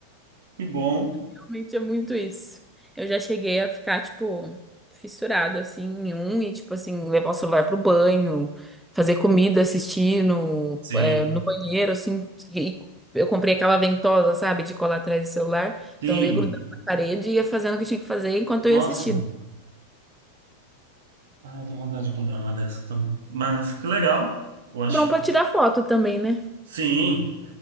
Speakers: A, on the right (about 60°); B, in the centre.
A: que bom.
B: Realmente é muito isso. Eu já cheguei a ficar, tipo, fissurada, assim, em um e, tipo, assim, levar o celular pro banho, fazer comida, assistir no,
A: Sim,
B: é, no banheiro, assim. E eu comprei aquela ventosa, sabe, de colar atrás do celular.
A: sim.
B: Então eu ia grudando na parede e ia fazendo o que tinha que fazer enquanto
A: Nossa,
B: eu ia assistindo.
A: ah, eu tenho vontade de comprar uma dessas também. Mas que legal, eu acho.
B: É bom pra tirar foto também, né?
A: Sim.